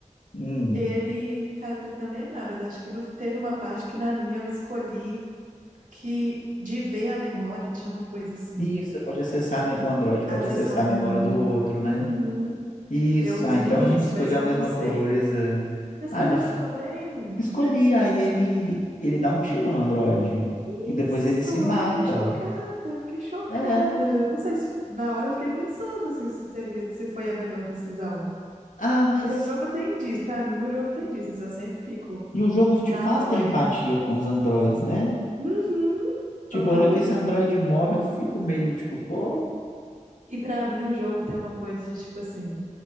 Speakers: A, on the left; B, on the right.
A: Hum,
B: ele. Cara, tenta lembrar, mas acho que não... teve uma parte que na minha eu escolhi que de ver a memória tinha uma coisa assim.
A: isso, você pode acessar, a me- o Android pode
B: Acessar
A: acessar a
B: a
A: memória
B: memória.
A: do outro,
B: Uhum.
A: né? Isso,
B: Eu usei
A: ah, então a gente
B: <laughs> isso,
A: escolheu
B: mas eu
A: a mesma
B: não sei.
A: coisa.
B: Você escolheu
A: Ah, no, f-
B: isso também?
A: escolhi, aí ele, ele dá um tiro no Android
B: Isso,
A: e depois ele se mata.
B: eu fiquei chocada, eu fiquei chocada.
A: É.
B: Não sei se na hora eu fiquei pensando assim, se seria, se foi a melhor decisão.
A: Ah, mas.
B: Porque o jogo tem disso, pra mim o jogo tem disso, assim, eu sempre fico
A: E o jogo te
B: na
A: faz
B: nóia.
A: ter empatia com os androides, né?
B: Uhum,
A: Tipo,
B: totalmente.
A: a hora que esse androide morre, eu fico meio tipo, pô.
B: E pra mim o jogo tem uma coisa de tipo assim,